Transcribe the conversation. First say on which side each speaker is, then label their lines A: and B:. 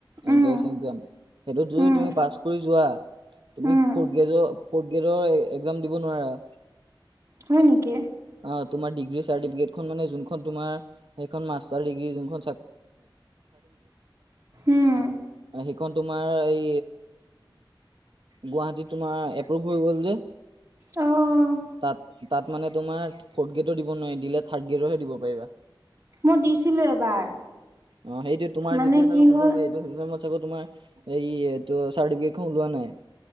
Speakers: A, on the right; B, on the right.
A: এণ্ট্ৰেঞ্চ
B: উম।
A: একজাম সেইটোত যদি
B: উম,
A: তুমি পাছ কৰি যোৱা তুমি
B: উম,
A: ফৰ্থ ফৰ্থ গ্ৰেডৰ এক্জাম দিব নোৱাৰা।
B: হয় নেকি?
A: অ', তোমাৰ ডিগ্ৰী চাৰ্টিফিকেটখন মানে যোনখন তোমাৰ সেইখন মাষ্টাৰ ডিগ্ৰী যোনখন
B: উম,
A: <unintelligible> তোমাৰ এই গুৱাহাটীত তোমাৰ এপ্ৰুভ হৈ গ'ল যে।
B: অ'।
A: তাত তাত মানে তোমাৰ ফৰ্থ গ্ৰেডো দিব নোৱাৰি দিলে থাৰ্ড গ্ৰেডৰহে দিব পাৰিবা।
B: মই দিছিলোঁ এবাৰ
A: অ', সেইটোৱে তোমাৰ
B: মানে
A: যেতিয়া চাগে
B: কি
A: সম্ভৱ
B: হল?
A: হয়, এইটো সেইটো টাইমত তোমাৰ এই চাৰ্টিফিকেট খন ওলোৱা নাই।